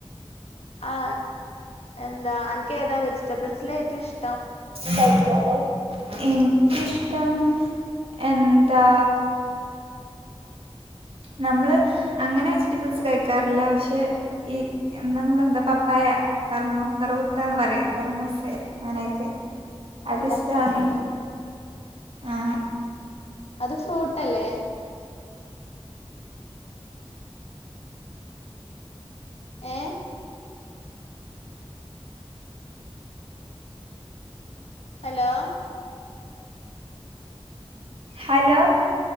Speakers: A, on the left (about 80°); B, on the right (about 65°).
A: ആ എന്താ അനക്ക് ഏതാ വെജിറ്റബിൾസിലെറ്റവും ഇഷ്
B: കഴിക്കാറ്. എനിക്കിഷ്ടം എന്താ. നമ്മള് അങ്ങനെ വെജിറ്റബിൾസ് കഴിക്കാറില്ല പക്ഷെ. ഈ നമ്മളെന്താ പപ്പായ കറ്‌മൂ കറൂത്തന്ന് പറയും കറമൂസയെ. അങ്ങനെയൊക്കെ
A: ആഹ് ആഹ്
B: അത്ഷ്ടാണ്
A: കർമൂസ ആഹ്
B: ആഹ്.
A: അത് ഫ്രൂട്ടല്ലേ. ഏഹ്. ഹലോ.
B: ഹലോ.